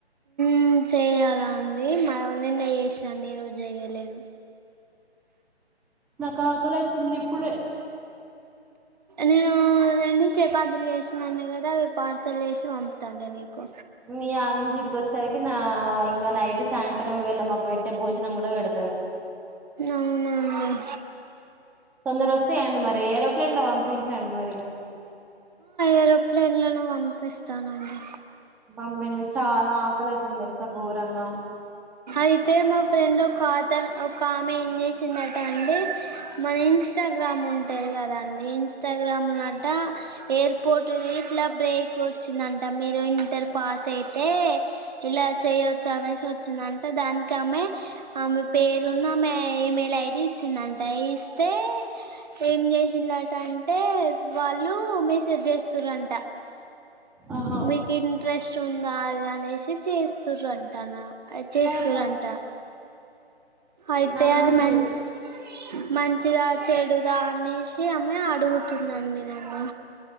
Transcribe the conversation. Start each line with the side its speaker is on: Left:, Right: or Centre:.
Right: ఉమ్ చేయ్యాలా అండి మా నిన్న చేసానండి ఈరోజు చేయలేదు
Centre: నాకు ఆకలైతుంది ఇప్పుడ
Right: నేను అదండి చపాతీలు చేసినాన్ కదా అవి పార్సల్ వేసి పంపుతాండి నీకు
Centre: మీ అనుంచి ఇడికి వచ్చేసరికి నా ఇంకా నైట్ సాయంత్రం వేళ్ళ మాకు పెట్టే భోజనం కూడా పెడతారు
Right: అవునా అండి
Centre: తొందర వస్తాయండి మరి ఏరోప్లేన్ లో పంపించండి మరిక
Right: ఏరోప్లేన్ల నో పంపిస్తానండి
Centre: పంపించ చాలా ఆకలి అైతుంది తెలుసా ఘోరంగా
Right: అయితే మా ఫ్రెండ్ ఒక ఆత ఒక ఆమె ఏం చేసిందట అండి మన ఇన్స్టాగ్రామ్ గ్రామ్ ఉంటేది కదండి ఇన్స్టాగ్రామ్ లో అట ఎయిర్పోట్ ఇట్లా బ్రేక్ వచ్చి వచ్చిందంట మీరు ఇంటర్ పాస్ అయితే ఇలా చేయొచ్చు అనేసి వచ్చిందంట అంటే దానికి ఆమె ఆమె పేరు ను ఆమె ఈమె యిమెల్ ఐడీ ఇచ్చిందంట ఇస్తే ఏం చేసిలట అంటే వాళ్ళు మెసేజ్ చేస్తురంట
Centre: ఆహా
Right: మీకు ఇంట్రెస్ట్ ఉందా అద అనేసి చేస్తుర్ అంటా న చేస్తురంట
Centre: ఆహా
Right: అయితే
Centre: నమ్మొద్దు
Right: అది మంచి మంచిదా చెడుదా అనేసి ఆమె అడుగుతుందండి నన్ను